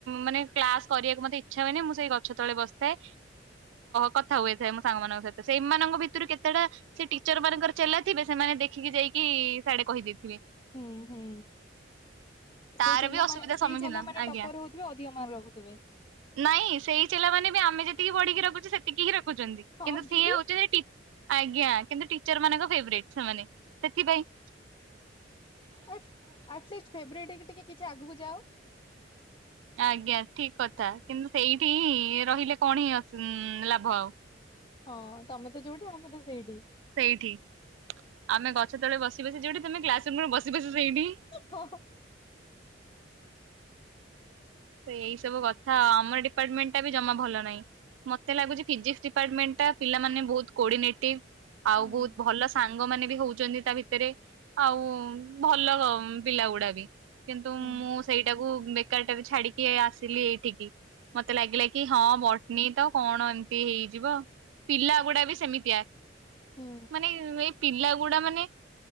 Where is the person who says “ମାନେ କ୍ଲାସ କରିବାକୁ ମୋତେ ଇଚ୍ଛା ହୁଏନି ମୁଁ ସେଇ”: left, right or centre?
Right